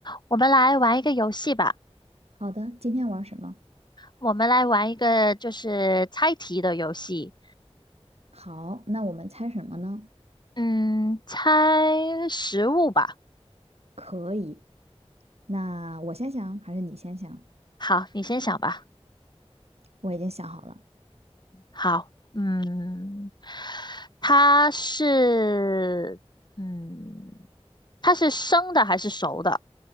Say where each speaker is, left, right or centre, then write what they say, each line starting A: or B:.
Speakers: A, on the left; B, on the right.
A: 我们来玩一个游戏吧。
B: 好的，今天玩什么？
A: 我们来玩一个就是猜题的游戏，
B: 好，那我们猜什么呢？
A: 嗯，猜食物吧。
B: 可以，那我先想还是你先想？
A: 好，你先想吧。
B: 我已经想好了，
A: 好，嗯，它是，嗯，它是生的还是熟的？